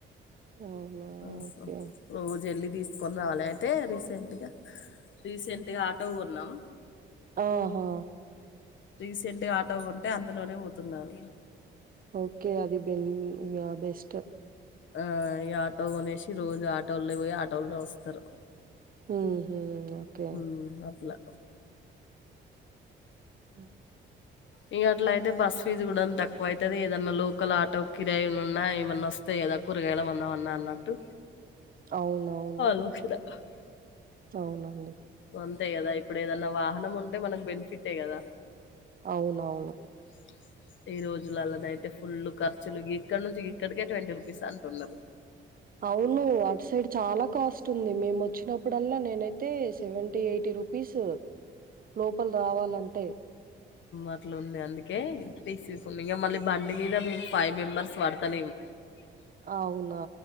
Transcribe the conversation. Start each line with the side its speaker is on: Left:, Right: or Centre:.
Right: అవునా!
Left: ఆహా
Right: ఓకే.
Left: రోజు వెళ్ళీ తీసుకొని రావాలి అయితే రీసెంట్గా రీసెంట్గా ఆటో కొన్నాం
Right: ఆహా
Left: రీసెంట్గా ఆటో ఉంటే అందులోనే పోతున్నారు
Right: ఓకే అది బెన్ బెస్ట్
Left: ఆ ఈ ఆటో కొనేసి రోజు ఆటోల్లో పోయి ఆటోల్లో వస్తారు
Right: హ్మ్ హు ఓకే
Left: హు అట్లా
Right: మ్మ్
Left: ఇంక అట్లా అయితే బస్ ఫీజ్ కూడా తక్కువ అయితది ఏదన్నా లోకల్ ఆటో కిరాయిలు ఉన్నా ఏమన్నా వస్త్ వత్తయి కదా ఏదో కూరగాయల వన్నా వన్నా అన్నట్టు
Right: అవునవును
Left: <unintelligible>
Right: అవునండి
Left: అంతే కదా ఇప్పుడు ఏదన్నా వాహనం ఉంటే మనకు బెనిఫిటే కదా
Right: అవునవును
Left: అ ఈ రోజులలన అయితే ఫుల్ ఖర్చులు ఇక్కడ నుంచి ఇక్కడికే ట్వంటీ రూపీస్ అంటున్నారు
Right: అవును అటు సైడ్ చాలా కాస్ట్ ఉంది మేము వచ్చినప్పుడల్లా నేనైతే సెవెంటీ ఎయిటీ రూపీస్ లోపల రావాలంటే
Left: అట్లుంది అందుకే తీసేసుకుం ఇంకా మళ్ళీ బండి మీద మేము ఫైవ్ మెంబెర్స్ పడతలేము అ
Right: అవునా